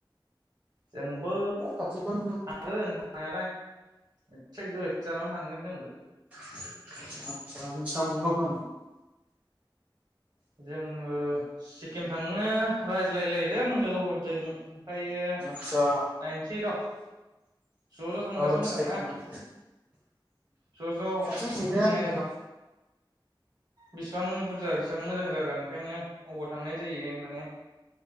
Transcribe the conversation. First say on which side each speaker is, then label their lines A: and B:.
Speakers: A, on the right (about 50°); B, on the right (about 15°).
A: जोंबो
B: खाथिखौनो
A: थागोन थांनायालाय एसे गोदजानावनो थांगोन जोंबो
B: <unintelligible>
A: जोङो सिक्किम थांनो राय ज्लायलायदों लोगोफोरदों ओमफ्रायो
B: आदसा
A: नायनिसै र' ज' ज' थांबासो
B: आउट अफ
A: मोजां
B: स्टेट
A: ना
B: माने
A: ज' ज'
B: खाथिजों थांजाया
A: माने
B: गोजान
A: बेसेबां बुरजा बेसिबां मोजां जागोन ओंखायनो अबाव थांनाय जायो माने